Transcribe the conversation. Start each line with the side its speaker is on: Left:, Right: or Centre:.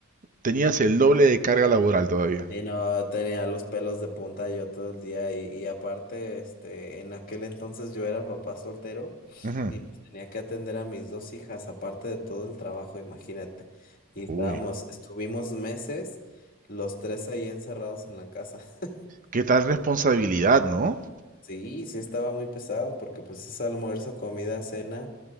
Right: tenías el doble de carga laboral todavía.
Left: Y no, tenía los pelos de punta yo todo el día y, y aparte, este, en aquel entonces yo era papá soltero
Right: Ujú.
Left: y pues tenía que atender a mis dos hijas, aparte de todo el trabajo, imagínate. Y estábamos,
Right: Uy.
Left: estuvimos meses los tres ahí encerrados en la casa. <laughs>
Right: ¿Qué tal responsabilidad, no?
Left: Sí, sí estaba muy pesado porque pues es almuerzo, comida, cena.